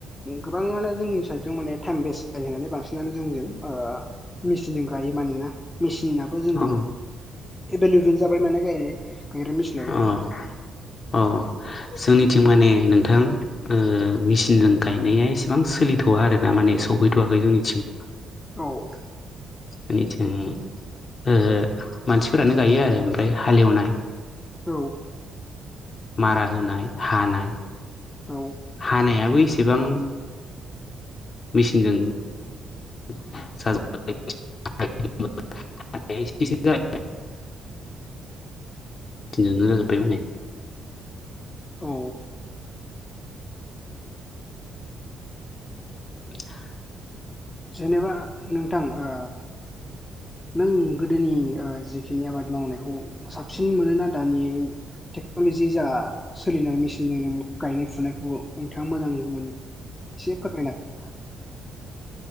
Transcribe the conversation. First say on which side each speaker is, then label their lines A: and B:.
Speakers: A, on the left; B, on the left.
A: गोबाङानो जोंनि साइदजों माने टाइम बेस्ट जायो होननानै बांसिनानो जोंजों ओ मेचिनजों गायो माने ना मेसिन जोंजों
B: अ
A: एभेलेबेल जाबाय माने गायनाय गायग्रा मेसिनाबो
B: अ अ जोंनिथिं माने नोंथां उम मेसिनजों गायनाया एसेबां सोलिथ'वा आरोना माने सौहैथ'वाखै जोंनिथिं।
A: औ
B: जोंनिथिं ओ मानसिफोरानो गायो आरो ओमफ्राय हालेवनाय
A: औ
B: मारा होनाय हानाय
A: औ
B: हानायाबो एसेबां मेसिनजों <unintelligible>
A: <unintelligible>
B: <unintelligible> मेसिन जोंनो जाजोबबाय माने
A: औ
B: <unintelligible>
A: जेनेबा नोंथां ओ नों गोदोनि जिखिनि आबाद मावनायखौ साबसिन मोनोना दानि टेक्न'लजि जा सोलिनाय मेसिनजों जों गायनाय फुनायखौ नोंथाङा मोजां मोनो एसे फोरमायना होदो